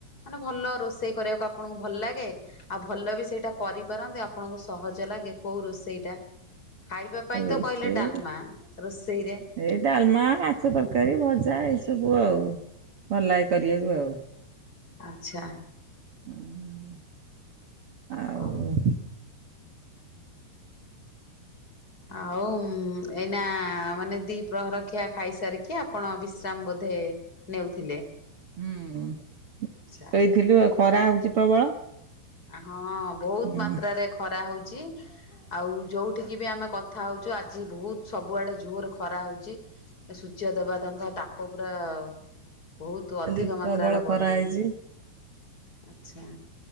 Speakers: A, on the left; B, on the right.
A: ମାନେ ଭଲ ରୋଷେଇ କରିବାକୁ ଆପଣଙ୍କୁ ଭଲ ଲାଗେ। ଆଉ ଭଲ ବି ସେଇଟା କରିପାରନ୍ତି, ଆପଣଙ୍କୁ ସହଜ ଲାଗେ, କୋଉ ରୋଷେଇଟା? ଖାଇବା ପାଇଁ
B: ରୋଷେଇ
A: ତ କହିଲେ ଡାଲମା। ରୋଷେଇରେ?
B: ଏଇ ଡାଲମା, ମାଛ ତରକାରୀ, ଭଜା ଏଇ ସବୁ ଆଉ ଭଲ ଲାଗେ କରିବାକୁ ଆଉ।
A: ଆଚ୍ଛା।
B: ଅଁ, ଆଉ।
A: ହଉ। ଆଉ ଉଁ, ଏଇନା ମାନେ ଦି ପ୍ରହର ଖିଆ ଖାଇସାରିକି ଆପଣ ବିଶ୍ରାମ ବୋଧେ ନେଉଥିଲେ?
B: ହୁଁ।
A: ଆଚ୍ଛା
B: ଶୋଇଥିଲୁ ଆଉ ଖରା ହଉଚି ପ୍ରବଳ।
A: ଆ, ହଁ ବହୁତ
B: ହୁଁ
A: ମାତ୍ରାରେ ଖରା ହଉଛି। ଆଉ ଯୋଉଠିକି ବି ଆମେ କ କଥା ହଉଛୁ, ଆଜି ବହୁତ ସବୁଆଡେ ଜୋର ଖରା ହଉଚି। ଏ ସୂଯ୍ୟ ଦେବତାଙ୍କ ତାପ ପୁରା ଆଉ ବହୁତୁ ଅଧିକ
B: ଆଜି
A: ମାତ୍ରାରେ
B: ପ୍ରବଳ
A: ବଢି
B: ଖରା
A: ଯାଇଛି।
B: ହେଇଛି
A: ଆଚ୍ଛା,